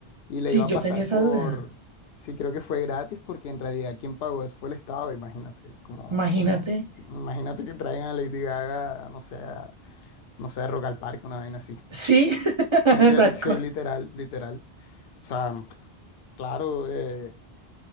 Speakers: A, on the left (about 70°); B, on the right (about 40°).
A: Y le
B: Sí,
A: iba a
B: yo
A: pasar
B: tenía esa
A: por...
B: duda.
A: Sí, creo que fue gratis porque en realidad quien pagó eso fue el Estado, imagínate. Como,
B: Imagínate.
A: como... Imagínate que traigan a Lady Gaga, no sé, a- no sé, a Rock al Parque, una vaina así.
B: Sí, <laughs>
A: ¿Me entiendes?
B: tal
A: Sí,
B: cual.
A: literal, literal. O sea, claro, eh,